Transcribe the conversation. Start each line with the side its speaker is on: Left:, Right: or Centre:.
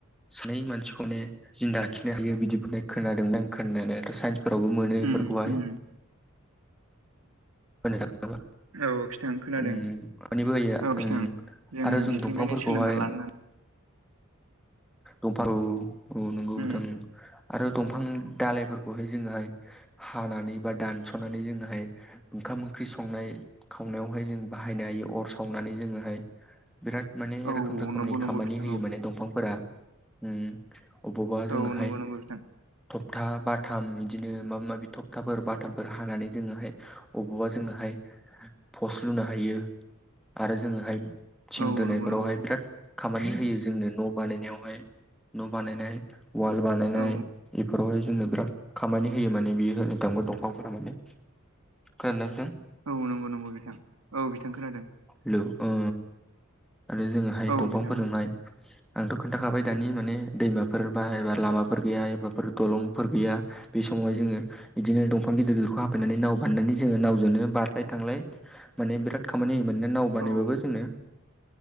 Centre: सानै मानसिखौनो जिन्दा लाखिनो हायो बिदिबो होननाय खोनादोंमोन आं खोनानायाथ' साइन्स फोरावबो मोनो
Right: उम
Centre: इफोरखौहाय
Right: उम
Centre: <unintelligible>
Right: औ बिथां खोनादों
Centre: उम <unintelligible> होयो
Right: औ बिथां
Centre: उम
Right: जोङो
Centre: आरो जों
Right: बेफोरनिफ्रायनो
Centre: दंफांफोरखौहाय
Right: सोलोंना लानो
Centre: दंफां औ नंगौ नोंथां
Right: उम
Centre: औ आरो दंफां दालाइफोरखौहाय जोङोहाय हानानै बा दानस'नानै जोङोहाय ओंखाम ओंख्रि संनाय खावनायावहाय जों बाहायनो हायो अर सावनानै जोङोहाय बिराद माने
Right: औ
Centre: रोखोम रोखोमनि
Right: नंगौ नंगौ
Centre: खामानि
Right: बिथां
Centre: होयो
Right: औ
Centre: माने दंफांफोरा उम अबावबा जोङोहाय
Right: औ नंगौ नंगौ बिथां
Centre: थक्था बाथाम इदिनो माबा माबि थक्थाफोर बाथामफोर हानानै जोङोहाय अबावबा जोङोहाय फस लुनो हायो आरो जोङोहाय थिं
Right: औ
Centre: दोनायफोरावहाय
Right: नंगौ नंगौ
Centre: बिराद खामानि होयो जोंनो न' बानायनायाव न' बानायनाय वाल बानायनाय
Right: औ
Centre: इफोरावहाय जोंनो बिराद खामानि होयो माने बियो होननो थाङोबा <unintelligible> दंफांफोरा माने खोनादों ना बिथां
Right: औ नंगौ नंगौ बिथां औ बिथां खोनादों
Centre: हेलौ ओ आरो जोङोहाय
Right: औ
Centre: दंफांफोरजोंहाय
Right: बिथां
Centre: आंथ' खोन्थाखाबाय दानि माने दैमाफोर बा एबा लामाफोर गैया एबाफोर दलंफोर गैया बे समावहाय जोङो बिदिनो दंफां गिदिर गिदिरखौ हाफायनानै नाव बानायनानै जोङो नावजोंनो बारलाय थांलाय माने बिराद खामानि होयो मोननो नाव बानायबाबो
Right: ओ,
Centre: जोङो